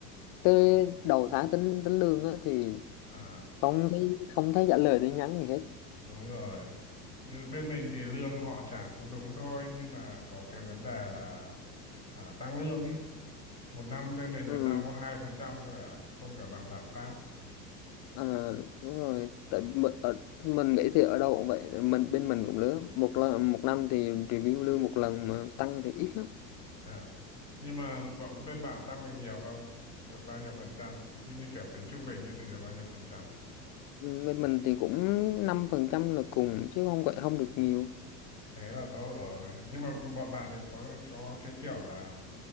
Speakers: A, on the left; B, on the left.
A: tới đầu tháng tính tính lương á thì
B: À
A: không thấy không thấy trả lời tin nhắn gì hết
B: đúng rồi Ừ, bên mình thì lương họ trả cũng đúng thôi nhưng mà có cái vấn đề là à, tăng lương ấy một năm bên mình
A: ừ.
B: là tăng có hai phần trăm thôi à không cả bằng lạm phát
A: À, đúng rồi tại mi- ở, mình nghĩ thì ở đâu cũng vậy tại mình bên mình cũng lứa một lần một năm thì review lương một lần mà tăng thì ít lắm
B: Ờ. nhưng mà bọn- bên bạn tăng được nhiều không được bao nhiêu phần trăm như, như kiểu tính trung bình ấy thì được bao nhiêu phần trăm
A: Ừ, bên mình thì cũng năm phần trăm là cùng chứ không gọi không được nhiều
B: thế là tốt rồi nhưng mà bọn bạn này có có cái kiểu là